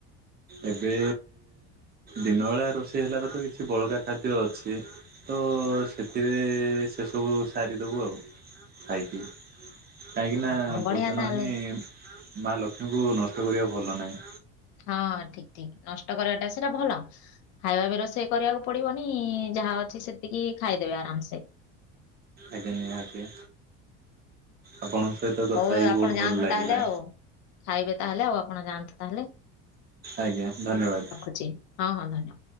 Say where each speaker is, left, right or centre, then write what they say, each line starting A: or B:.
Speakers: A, on the right; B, on the left.
A: ଏବେ ଦିନବେଳା ରୋଷେଇ ହେଲାରୁ ତ କିଛି ବଳକା ଖାଦ୍ୟ ଅଛି ତ ସେଥିରେ ସେସବୁ ସାରିଦବୁ ଆଉ ଖାଇକି। କାହିଁକି
B: ହଁ
A: ନା
B: ଓ ବଢିଆ
A: ଭୋଜନ
B: ତାହେଲେ
A: ହିଁ ମା ଲକ୍ଷ୍ମୀଙ୍କୁ ନଷ୍ଟ କରିବା ଭଲ ନାହିଁ।
B: ହଁ ଠିକ୍ ଠିକ୍ ନଷ୍ଟ କରିବାଟା ସେଟା ଭଲ। ଖାଇବା ବି ରୋଷେଇ କରିବାକୁ ପଡିବନି ଯାହା ଅଛି ସେତିକି ଖାଇଦେବେ ଆରାମ୍ ସେ।
A: ଆଜ୍ଞା ନିହାତି। ଆପଣଙ୍କ ସହିତ କଥା
B: ହଉ
A: ହେଇକି
B: ଆପଣ
A: ବହୁତ ଭଲ
B: ଯାଆନ୍ତୁ
A: ଲାଗିଲା
B: ତାହେଲେ ଆଉ। ଖାଇବେ ତାହେଲେ ଆଉ ଆପଣ ଯାଆନ୍ତୁ ତାହେଲେ
A: ଆଜ୍ଞା ଧନ୍ୟବାଦ
B: ରଖୁଚି ହିଁ ହଁ ଧନ୍ୟବା